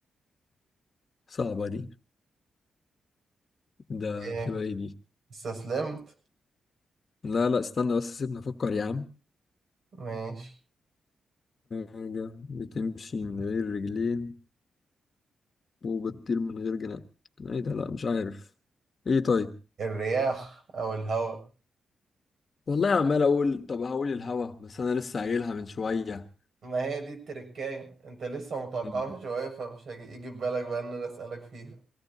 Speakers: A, on the left; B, on the right.
A: صعبه دي ده
B: ايه
A: تبقى ايه دي
B: استسلمت
A: لا لا استنى بس سيبني افكر يا عم
B: ماشي
A: حاجة بتمشي من غير رجلين وبتطير من غير جناح ايه ده لا مش عارف ايه طيب
B: الرياح او الهواء
A: والله عمال اقول طب هقول الهوا بس انا لسه قايلها من شوية
B: ما هي دي التركاية انت لسه متوقعها
A: مم.
B: من شوية فمش هيجي يجي في بالك بقى ان انا اسألك فيها